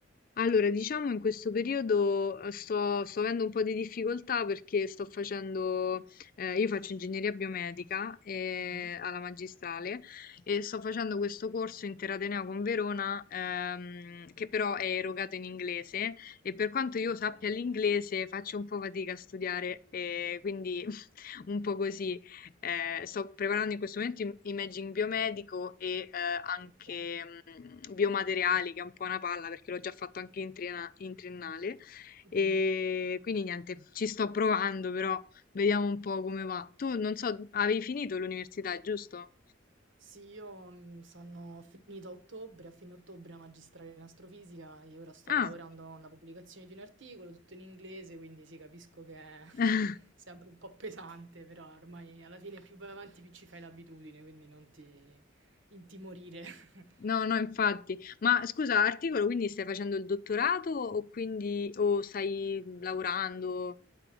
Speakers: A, on the left; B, on the right.
A: Allora, diciamo in questo periodo eh, sto, sto avendo un po' di difficoltà perché sto facendo, eh, io faccio ingegneria biomedica eh,
B: Mhm,
A: alla magistrale e sto facendo questo corso interateneo con Verona ehm, che però è erogato in inglese e per quanto io
B: Ok,
A: sappia l'inglese faccio un po' fatica a studiare, eh, quindi <laughs> un po' così. Eh, sto preparando in questo momento im- imaging biomedico e eh, anche
B: ok.
A: mh, biomateriali, che è un po' una palla perché l'ho già fatto anche in, triena- in triennale.
B: Mhm.
A: E quindi niente, ci sto provando, però vediamo un po' come va. Tu non so, avevi finito l'università, giusto?
B: Sì, io mm, sono finita a ottobre, a fine ottobre la magistrale in astrofisica e ora sto
A: Ah,
B: lavorando alla pubblicazione di un articolo, tutto in inglese, quindi sì, capisco che è <laughs>
A: <laughs>
B: sempre un po' pesante, però ormai alla fine più vai avanti più ci fai l'abitudine, quindi non ti intimorire. <laughs>
A: no, no, infatti. Ma scusa, articolo, quindi stai facendo il dottorato o quindi o stai lavorando?